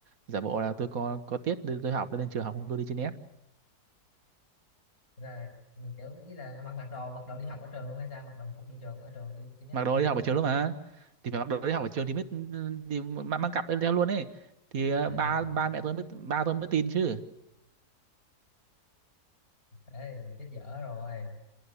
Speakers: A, on the right (about 60°); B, on the left (about 60°).
A: giả bộ là tôi có có tiết nên tôi học nên trường học không tôi đi trên net
B: là kiểu ý là mặc mặc đồ mặc đồ đi học ở trường luôn hay sao mặc đồng phục đi trường ở trường đi chính nhất
A: mặc
B: luôn hay
A: đồ
B: sao
A: đi học buổi chiều luôn mà thì phải mặc đồ đi học buổi chiều thì mới thì mang, mang cặp lên theo luôn ấy thì ờ,
B: à
A: ba ba mẹ tôi mới ba tôi mới tin chứ
B: thế chết dở rồi